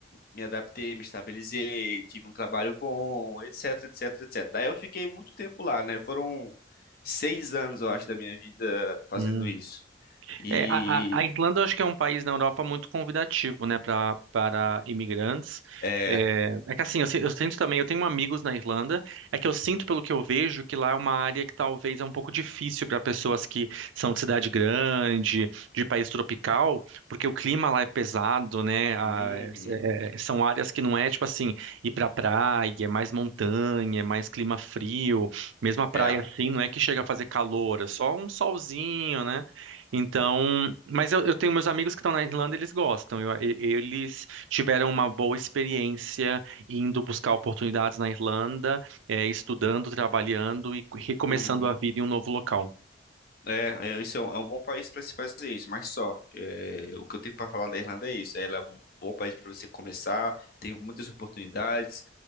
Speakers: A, on the left; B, on the right.
A: Me adaptei, me estabilizei. Tive um trabalho bom, etc, etc, etc. Daí eu fiquei muito tempo lá, né? Foram seis anos, eu acho, da minha vida fazendo
B: Hum.
A: isso. E
B: É, a, a- a Irlanda eu acho que é um país na Europa muito convidativo, né, para para imigrantes.
A: é,
B: É, é que assim, eu, si- eu sinto também, eu tenho amigos na Irlanda, é que eu sinto pelo que eu vejo que lá é uma área que talvez é um pouco difícil para pessoas que são de cidade grande, de país tropical, porque o clima lá é pesado, né? a-
A: uhum,
B: é- é- é, são áreas que não é tipo assim, ir pra praia, é mais montanha, é mais clima frio, mesmo a praia
A: é,
B: assim, não é que chega a fazer calor, é só um solzinho, né? Então, mas eu, eu tenho meus amigos que estão na Irlanda, eles gostam. Eu- e- eles tiveram uma boa experiência indo buscar oportunidades na Irlanda, eh, estudando, trabalhando e recomeçando
A: uhum,
B: a vida em um novo local.
A: é, é, isso é um, é um bom país para se fazer isso, mas só, é, o que eu tenho para falar da Irlanda é isso, ela é um bom país para você começar, tem muitas oportunidades,